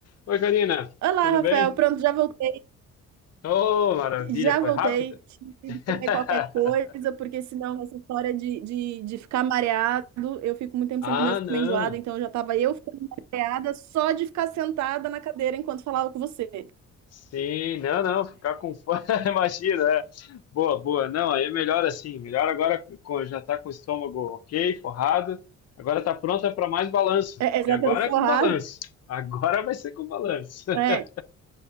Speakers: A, on the left (about 55°); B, on the right (about 65°).
A: Oi, Karina,
B: Olá,
A: tudo
B: Rafael.
A: bem?
B: Pronto, já voltei.
A: Oh, maravilha,
B: Já
A: foi
B: voltei.
A: rápida?
B: Tive que
A: <laughs>
B: comer qualquer coisa, porque senão essa história de, de, de ficar mareado, eu fico muito tempo
A: Ah,
B: sem comer, eu fico
A: não.
B: meio enjoada, então eu já tava eu ficando mareada só de ficar sentada na cadeira enquanto falava com você.
A: Sim, não, não, ficar com fome, <laughs> imagina, é. Boa, boa. Não, aí é melhor assim, melhor agora com, já tá com o estômago ok, forrado. Agora tá pronta para mais balanço,
B: É, exatamente,
A: que agora
B: forrada.
A: é com balanço. Agora vai ser com balanço. <laughs>
B: É,